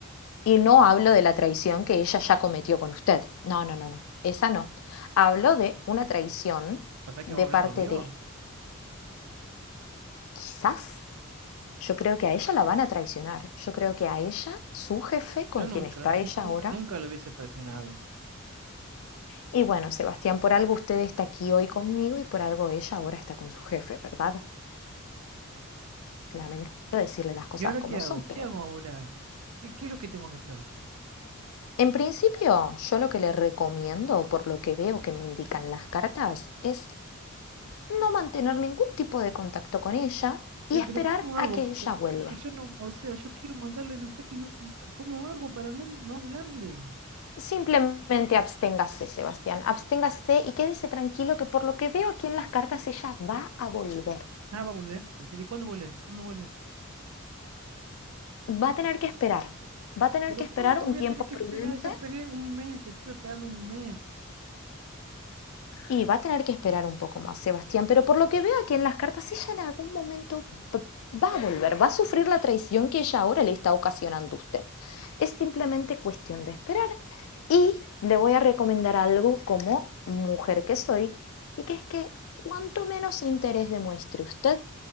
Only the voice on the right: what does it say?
¿O sea que
va a volver
conmigo?
Yo nunca,
nun-
nunca,
nunca lo hubiese traicionado.
¿Y ahora
qué
hago? ¿Qué
hago ahora? ¿Qué, qué es lo que tengo que hacer?
Ay, pero
¿cómo hago?
Poco,
porque yo no, o sea, yo quiero mandarle mensaje y no, ¿cómo hago para no, no hablarle?
Ah, va a volver. ¿En serio? ¿Y ¿Cuándo vuelve? ¿Cuándo vuelve?
Pero
¿cuánto
voy a
tener que
esperar? Ya esperé un mes, estuve esperando un mes.